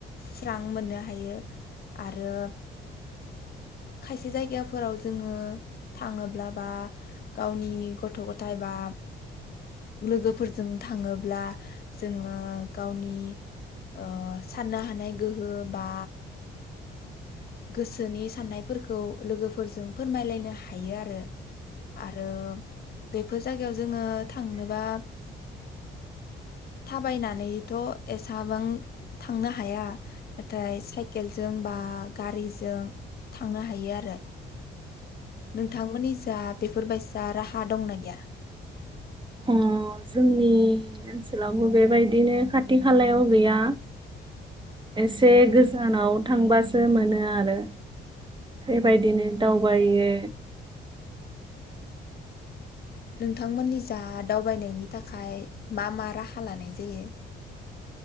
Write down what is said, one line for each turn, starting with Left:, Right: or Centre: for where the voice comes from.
Left: स्रां मोननो हायो आरो खायसे जायगाफोराव जोङो थाङोब्ला बा गावनि गथ गथाय बा लोगोफोरजों थाङोब्ला जोङो गावनि ओ साननो हानाय गोहो बा गोसोनि साननायफोरखौ लोगोफोरजों फोरमायलायनो हायो आरो आरो बेफोर जायगायाव जोङो थांनोबा थाबायनानैथ एसेबां थांनो हाया नाथाय साइकेलजों बा गारिजों थांनो हायो आरो। नोंथांमोननि जा बेफोर बायसा राहा दंना गैया?
Right: अ जोंनि ओनसोलावबो बेबायदिनो खाथि खालायाव गैया एसे गोजानाव थांबासो मोनो आरो बेबायदिनो दावबायो
Left: नोंथांमोननि दा दावबायनायनि थाखाय मा मा राहा लानाय जायो?